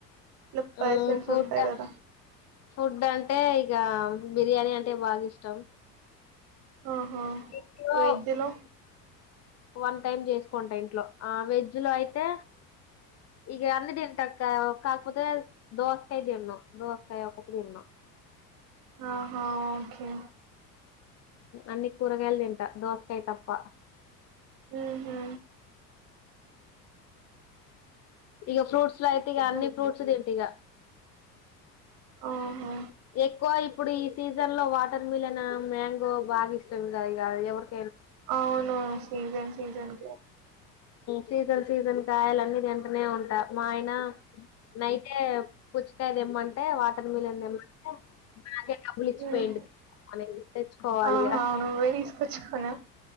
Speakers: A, on the right; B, on the left.
A: ఇలా పర్సెంస్
B: మ్మ్ ఫుడ్
A: ఉంటాయి కదా.
B: ఫుడ్ అంటే ఇక బిర్యానీ అంటే బాగా ఇష్టం.
A: ఆహా
B: ఇంట్లో
A: వెజ్ లో.
B: వన్ టైమ్ చేసుకోంటా ఇంట్లో వెజ్. వెజ్ అయితే. ఇగ అన్ని తింటా అక్క కాకపోతే దోసకాయ తిన్ను దోసకాయ ఒక తిన్ను.
A: ఆహా ఓకే.
B: అన్ని కూరగాయలు తింటా దోసకాయ తప్ప.
A: హ్మ్ హూ.
B: ఇగ ఫ్రూట్స్. అయితే ఇగ అన్ని
A: హ్మ్.
B: ఫ్రూట్స్ తింటే ఇగ.
A: ఆహా!
B: ఎక్కువ. ఇప్పుడు ఈ సీజన్ లో వాటర్ మిల్న్ మ్యాంగో బాగా ఇష్టం ఇగ ఎవరి.
A: అవును సీజన్ సీజన్.
B: సీజన్ సీజన్ కాయలు అన్ని తింటానే ఉంటా మా ఆయన. నైతే. పుచ్చకాయ. అంటే వాటర్ మిలిన్ ఏమంటే నాకే డబ్బులు ఇచ్చిపోయింటి
A: హ్మ్.
B: మన తెచ్చుకోవాలిగా.
A: ఆహా! నువ్వే తీసుకొచ్చుకున్నావు.